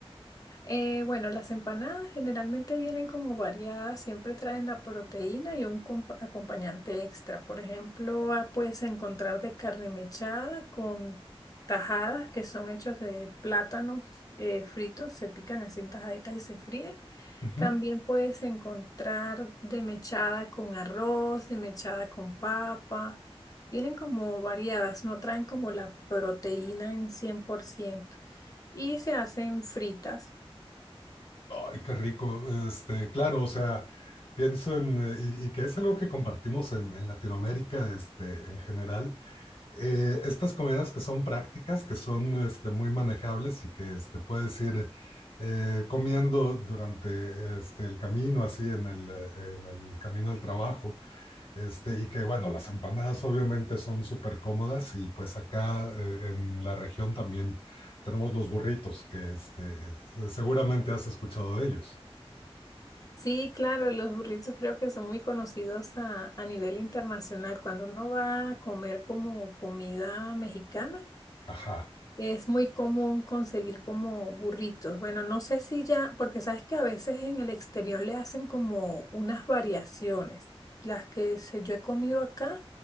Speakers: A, on the left; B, on the left.
A: Eh, bueno, las empanadas generalmente vienen como variadas, siempre traen la proteína y un comp- acompañante extra. Por ejemplo, ah, puedes encontrar de carne mechada con tajadas que son hechas de plátanos eh, fritos, se pican así en tajaditas y se fríen.
B: Ujú.
A: También puedes encontrar de mechada con arroz, de mechada con papa. Vienen como variadas, no traen como la proteína en 100% y se hacen fritas.
B: Ay, qué rico. Este, claro, o sea, pienso en, eh, y, y que es algo que compartimos en, en Latinoamérica, este, en general eh, estas comidas que son prácticas, que son este, muy manejables y que este, puedes ir eh, comiendo durante este, el camino, así en el, eh, en el camino al trabajo, este, y que bueno, las empanadas obviamente son súper cómodas y pues acá eh, en la región también tenemos los burritos, que este, seguramente has escuchado de ellos.
A: Sí, claro, los burritos creo que son muy conocidos a, a nivel internacional. Cuando uno va a comer como comida mexicana,
B: Ajá.
A: es muy común conseguir como burritos. Bueno, no sé si ya, porque sabes que a veces en el exterior le hacen como unas variaciones. Las que se- yo he comido acá